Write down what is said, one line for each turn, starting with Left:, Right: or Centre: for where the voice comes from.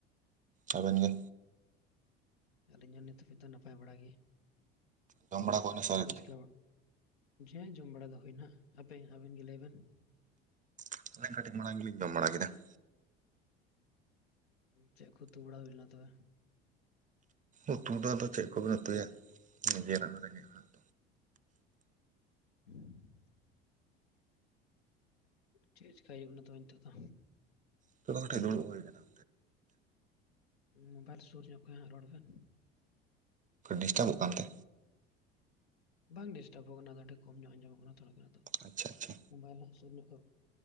Right: ᱟᱵᱮᱱ ᱜᱮ?
Left: ᱟᱞᱤᱧ ᱦᱚᱸ ᱱᱤᱛ ᱦᱟᱹᱵᱤᱡ ᱫᱚ ᱱᱟᱯᱟᱭ ᱵᱟᱲᱟ ᱜᱮ ᱾
Right: ᱡᱚᱢ ᱵᱟᱲᱟ ᱦᱩᱭᱱᱟ
Left: ᱪᱮᱫ
Right: ᱥᱮ ᱟᱹᱣᱨᱤ
Left: ᱠᱚ ᱪᱤᱠᱟᱼᱼ <unintelligible> ᱡᱚᱢ ᱵᱟᱲᱟ ᱫᱚ ᱦᱩᱭᱱᱟ ᱟᱯᱮ ᱟᱵᱮᱱ ᱜᱮ ᱞᱟᱹᱭ ᱵᱤᱱ ᱾
Right: <unintelligible> ᱠᱟᱴᱤᱡ ᱢᱟᱲᱟᱝ ᱜᱮ ᱞᱤᱧ ᱡᱚᱢ ᱵᱟᱲᱟ ᱠᱮᱫᱟ ᱾
Left: ᱪᱮᱜ ᱠᱚ ᱩᱛᱩ ᱵᱟᱲᱟ ᱦᱩᱭ ᱞᱮᱱᱟ ᱛᱚᱵᱮ?
Right: ᱩᱛᱩ ᱫᱚ ᱟᱫᱚ ᱪᱮᱫ ᱠᱚᱵᱤᱱ ᱩᱛᱩᱭᱟ ᱱᱤᱡᱮᱨᱟᱜ <unintelligible>
Left: <inaudible> ᱪᱮᱫ ᱪᱮᱠᱟ ᱦᱩᱭᱩᱜ ᱠᱟᱱᱟ ᱛᱚᱵᱮ ᱱᱤᱛᱚᱜ ᱫᱚ?
Right: ᱱᱤᱛᱚᱜ ᱫᱚ ᱠᱚᱴᱮᱡ ᱫᱩᱲᱩᱵ ᱦᱩᱭ ᱠᱟᱱᱟ ᱾
Left: ᱢᱚᱵᱟᱭᱤᱞ ᱥᱩᱨ ᱧᱚᱜ ᱠᱷᱚᱱᱟᱜ ᱨᱚᱲ ᱵᱮᱱ ᱾
Right: ᱰᱤᱥᱴᱟᱵᱚᱜ ᱠᱟᱱᱛᱮ?
Left: ᱵᱟᱝ ᱰᱤᱥᱴᱟᱵᱚᱜ ᱠᱟᱱᱟ ᱟᱫᱚ ᱟᱹᱰᱤ ᱠᱚᱢ ᱧᱚᱜ ᱟᱸᱡᱚᱢᱚᱜ ᱠᱟᱱᱟ ᱛᱷᱚᱲᱟᱜᱟᱱ ᱾
Right: ᱟᱪᱪᱷᱟ ᱟᱪᱪᱷᱟ
Left: ᱢᱚᱵᱟᱤᱞ ᱨᱮᱱᱟᱜ ᱥᱩᱨ ᱧᱚᱜ